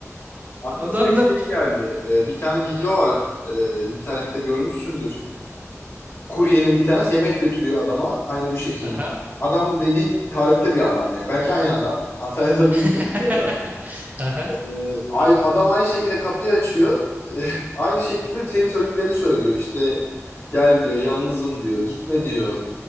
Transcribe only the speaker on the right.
Adam
da
Aha.
<laughs>
Aha.